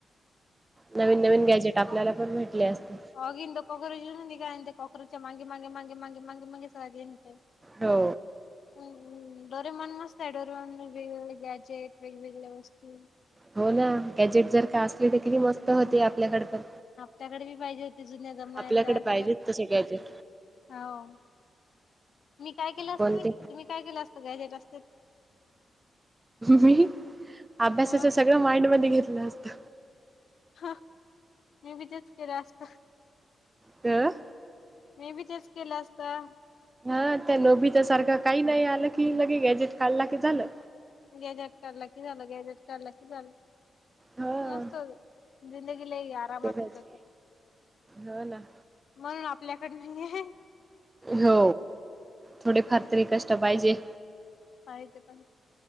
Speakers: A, on the right; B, on the left.
A: नवीन-नवीन गॅजेट आपल्याला पण भेटले असते.
B: ऑगिंद कॉकरॉच न निघाये इंद कॉकरॉच्या मांगे मांगे मांगे मांगे मांगे मांगे मांगे <unintelligible> ते.
A: हो.
B: हम्.. डोरेमण मस्त आहे, डोरेमन वेगवेगळे गॅजेट वेगवेगळ्या वस्तू.
A: हो ना गॅजेट जर का असले तर किती मस्त होते आपल्याकडे पण.
B: त्याकडे मी पाहिजे होते जुन्या जमान्याचा
A: आपल्याकडे
B: असं
A: पाहिजेत तसे गॅजेट
B: हाव. मी काय केलं असतं
A: कोणते
B: माहिती का तुम्ही काय केलं असतं गॅजेट असते
A: मी अभ्यासाचा
B: हा
A: सगळं माइंड मध्ये घेतलं असतं.
B: हा मी बी तेच केलं असतं.
A: त..
B: मी बी तेच केलं असतं.
A: हा त्या नोभीताच्या सारखं काही नाही, आलं की लगे गॅजेट काढला की झालं.
B: गॅजेट काढला कि झालं गॅजेट काढला कि झालं.
A: हा
B: मस्त होतं ते जिंदगी लई आरामात
A: तेच
B: होतं की.
A: हो ना.
B: म्हणून आपल्याकडे नाही आहे.
A: हो थोडे फार तरी कष्ट पाहिजे.
B: काय तेे पण,